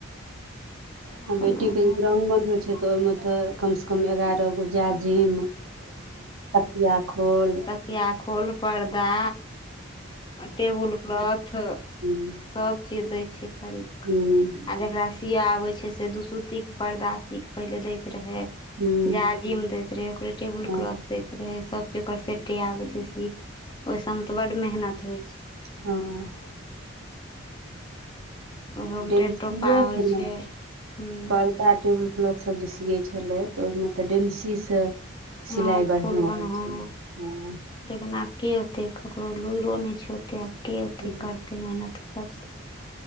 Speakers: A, on the left (about 20°); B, on the right (about 85°).
A: अपन
B: ह आ बेटीके
A: उएह
B: जे दुिरागमन होइ छै तऽ ओहिमे तऽ कम सँ कम एगारह गो जाजिम तकिया खोल
A: तकियाखोल पर्दा टेबुल क्लॉथ
B: हूँ
A: सब चीज दै छै खरीद क
B: हूँ
A: आ जेकरा सिया आबै छै से दु सुत्तीके पर्दा सीकऽ पहिले दैत रहै
B: हँ
A: जाजिम दैत रहे ओकरे टेबुल
B: हूँ
A: क्लॉथ दैत रहे सब चीज ओकरा सेटे आबे छै सी ओ सब मे ते बड मेहनत होय छै
B: हँ
A: ओहोमे
B: डेमसीये
A: डेढ़ टोपा
B: से
A: होइ
B: ने
A: छै हूँ
B: पर्दा टेबल क्लॉथसभ जे सियै छलै तऽ ओहिमे तऽ डेमसी सँ सिलाइ
A: हँ
B: बढ़िआँ
A: फूल बनहो
B: होइ छलै हँ
A: लेकिन आब के होते ककरो लुरो नहि छोड़ते आब के होते
B: हूँ
A: करते मेहनत सब सँ